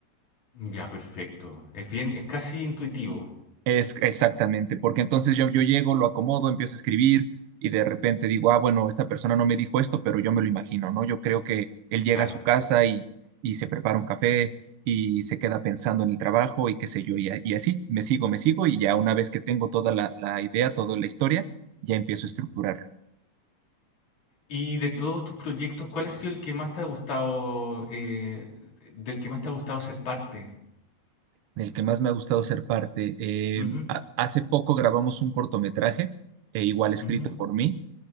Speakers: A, on the left; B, on the right.
A: Ya, perfecto. Es bien, es casi intuitivo,
B: Es exactamente, porque entonces yo, yo llego, lo acomodo, empiezo a escribir y de repente digo, ah, bueno, esta persona no me dijo esto, pero yo me lo imagino, ¿no? Yo creo que él llega
A: claro.
B: a su casa y, y se prepara un café y se queda pensando en el trabajo y qué sé yo, y, a- y así me sigo, me sigo y ya una vez que tengo toda la, la idea, toda la historia, ya empiezo a estructurarlo.
A: Y de todos tus proyectos, ¿cuál ha sido el que más te ha gustado, eh, del que más te ha gustado ser parte?
B: Del que más me ha gustado ser parte, eh,
A: Ujú,
B: ha- hace poco grabamos un cortometraje, eh, igual escrito
A: ujú.
B: por mí,